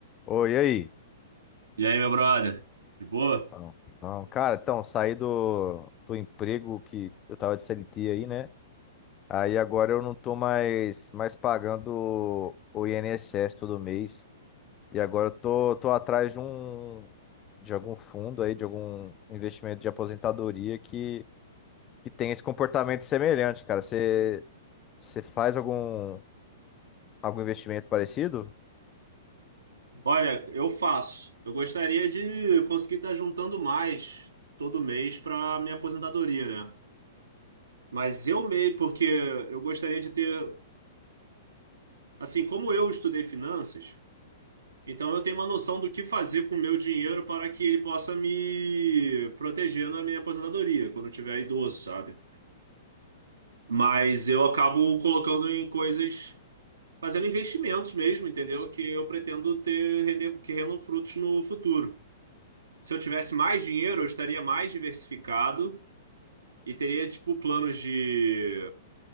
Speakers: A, on the left; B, on the right.
A: Oi, e aí?
B: E aí, meu brother? De boa?
A: Não, não, cara, então, saí do, do emprego que eu tava de CLT aí, né? Aí agora eu não tô mais, mais pagando o INSS todo mês. E agora eu tô, tô atrás de um, de algum fundo aí, de algum investimento de aposentadoria que, que tem esse comportamento semelhante, cara. Você, você faz algum, algum investimento parecido?
B: Olha, eu faço. Eu gostaria de conseguir estar juntando mais todo mês para minha aposentadoria, né? Mas eu meio, porque eu gostaria de ter, assim, como eu estudei finanças, então eu tenho uma noção do que fazer com o meu dinheiro para que ele possa me proteger na minha aposentadoria, quando eu tiver idoso, sabe? Mas eu acabo colocando em coisas, fazendo investimentos mesmo, entendeu? Que eu pretendo ter render, que rendam frutos no futuro. Se eu tivesse mais dinheiro, eu estaria mais diversificado e teria, tipo, planos de.